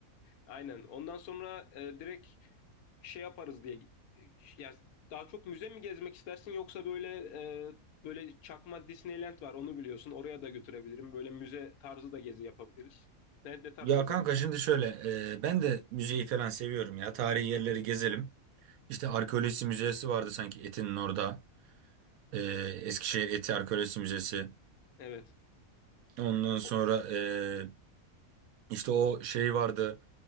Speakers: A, on the left (about 85°); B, on the right (about 80°).
A: Aynen. Ondan sonra e, direkt şey yaparız diye. e, Ya daha çok müze mi gezmek istersin yoksa böyle e, böyle çakma Disneyland var onu biliyorsun. Oraya da götürebilirim. Böyle müze tarzı da gezi yapabiliriz. Ne, ne tarz
B: Ya
A: gezelim?
B: kanka şimdi şöyle e, ben de müzeyi falan seviyorum ya. Tarihi yerleri gezelim. İşte arkeoloji müzesi vardı sanki Etin'in orada. E, Eskişehir Eti Arkeolojisi Müzesi.
A: Evet.
B: Ondan sonra
A: O-
B: e, işte o şey vardı.